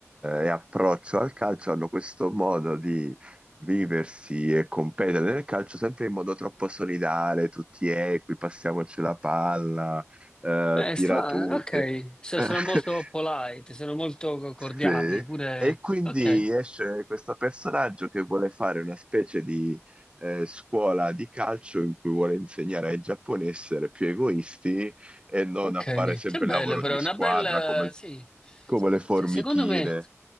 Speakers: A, on the right (about 20°); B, on the left (about 15°).
A: e approccio al calcio, hanno questo modo di viversi e competere nel calcio sempre in modo troppo solidale, tutti equi, passiamoci la palla, eh,
B: Eh,
A: tira
B: strano,
A: tu,
B: ok.
A: che
B: So-
A: <laughs>
B: sono molto polite, sono molto co- cordiali,
A: Sì.
B: pure...
A: E quindi
B: Ok,
A: esce questo personaggio che vuole fare una specie di eh, scuola di calcio in cui vuole insegnare ai giapponesi a essere più egoisti e non
B: ok.
A: a fare sempre
B: Che bello,
A: il lavoro
B: però,
A: di squadra
B: una bella...
A: come,
B: sì.
A: come le formichine.
B: Se- Secondo me,